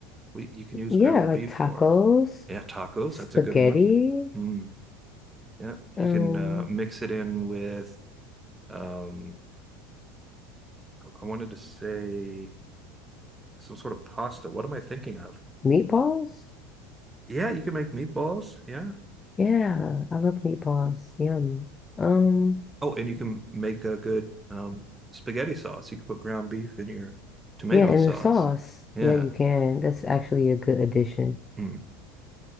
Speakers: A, on the right (about 15°); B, on the left (about 25°).
A: we you can use
B: Yeah,
A: ground
B: like
A: beef
B: tacos,
A: for? Yeah, tacos,
B: spaghetti,
A: that's a good one. Mm, yeah,
B: um,
A: you can uh, mix it in with um, I wanted to say some sort of pasta. What am I thinking of?
B: meatballs.
A: Yeah, you can make meatballs. Yeah.
B: Yeah, I love meatballs. Yum. Um,
A: Oh, and you can make a good um, spaghetti sauce. You can put ground beef in your tomato
B: yeah, and
A: sauce.
B: the sauce.
A: Yeah.
B: Yeah, you can. That's actually a good addition.
A: Mm.